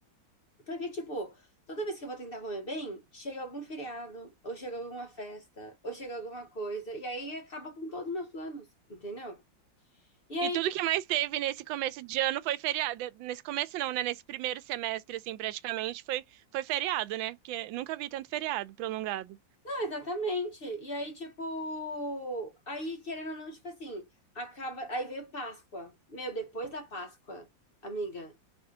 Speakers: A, on the left (about 55°); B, on the right (about 85°).
A: Porque, tipo, toda vez que eu vou tentar comer bem, chega algum feriado, ou chega alguma festa, ou chega alguma coisa, e aí acaba com todos os meus planos, entendeu? E aí
B: E tudo que mais teve nesse começo de ano foi feriado. Nesse começo não, né? Nesse primeiro semestre, assim, praticamente, foi, foi feriado, né? Porque nunca vi tanto feriado prolongado.
A: Exatamente. E aí, tipo, aí querendo ou não, tipo assim, acaba. Aí veio Páscoa. Meu, depois da Páscoa, amiga,